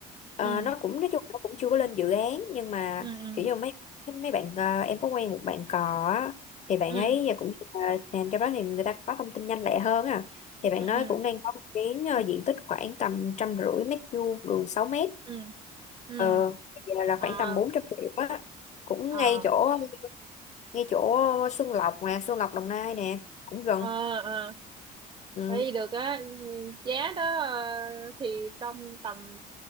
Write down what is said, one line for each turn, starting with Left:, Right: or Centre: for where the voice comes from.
Left: Ờ,
Right: ừ
Left: nó cũng nói chung nó cũng chưa có lên dự án nhưng mà
Right: ừ ừ
Left: kiểu như mấy mấy bạn ờ, em có quen một bạn cò á, thì bạn
Right: ừ
Left: ấy giờ cũng ờ, làm cho đó thì người ta có thông tin nhanh lẹ hơn à thì bạn
Right: ừ
Left: nói
Right: ừ
Left: cũng đang có một miếng ờ, diện tích khoảng tầm trăm rưỡi mét vuông đường 6 mét
Right: ừ. ừ
Left: ờ giờ là
Right: à
Left: khoảng tầm 400 triệu á cũng
Right: à
Left: ngay chỗ ngay chỗ Xuân Lộc nè Xuân Lộc Đồng Nai nè cũng gần
Right: à à
Left: ừ.
Right: thấy được á giá đó ờ, thì trong tầm